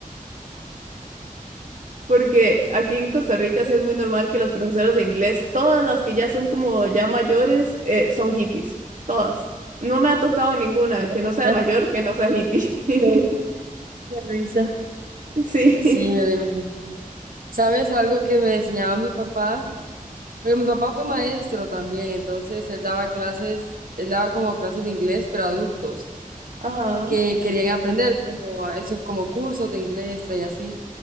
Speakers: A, on the right; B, on the right.
A: Porque aquí en Costa Rica sí es muy normal que las profesoras de inglés, todas las que ya son como ya mayores, eh, son hippies, todas. No me ha tocado ninguna
B: Ahora
A: que no
B: sí,
A: sea
B: ya.
A: mayor, que no sea hippie. <laughs>
B: Qué qué risa.
A: Sí,
B: Sí, me lo imagino. ¿Sabes algo que me enseñaba mi papá? Porque mi papá fue maestro también, entonces él daba clases, él daba como clases de inglés, pero a adultos
A: ajá.
B: que querían aprender como esos como cursos de inglés extra y así.